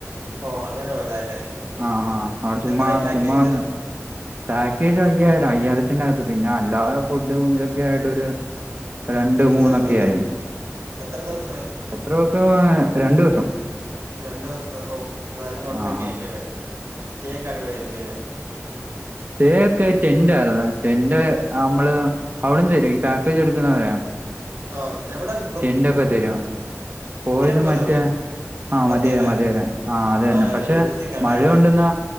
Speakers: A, on the right; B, on the right.
A: ഓ അങ്ങനെ പോയതാ അല്ലേ
B: ആഹ ആഹ അവടെ ചുമ്മാ
A: എത്രയായി പാക്കേജ്
B: ചുമ്മാവന്ന്.. പാക്കേജ് അയ്യായിരാ അയ്യായിരത്തിന്റെകത്ത് പിന്നെ അല്ലാതെ ഫുഡും ഇതൊക്കെ ആയിട്ടൊരു.. രണ്ട്
A: എത്ര
B: മൂന്നൊക്കെയായി..
A: ദിവസം ഇത് എത്ര ദിവസായി..
B: എത്ര ഇസം ഹ്. ഹ രണ്ടുസം..
A: രണ്ടുസം. ഓ നല്ല ഹോട്ടലൊക്കെ
B: ആഹ്
A: ആയിരിക്കുംല്ലേ
B: ആഹ്
A: സ്റ്റേക്കെ അടിപൊളിയ യിരിക്കുംല്ലേ..
B: <unintelligible> സ്റ്റേക്കെ ടെന്റാരുന്നു ടെന്റ് അമ്മള് അവിടന്ന് തരും ഈ പാക്കേജ് എടുക്കുന്ന പറയാ..
A: ആഹ. എവിടെം
B: ട്ടെണ്ടോ ക്കെ തരോ പോയത്
A: പോയതാണോ
B: മറ്റേ.. ആഹ
A: മത്തേരാൻ
B: മതിര മതിര ആ അതന്നെ
A: ഞാൻ
B: പഷേ
A: റീൽസിൽ കണ്ടായിരുന്നു
B: മഴൊണ്ടെന്ന..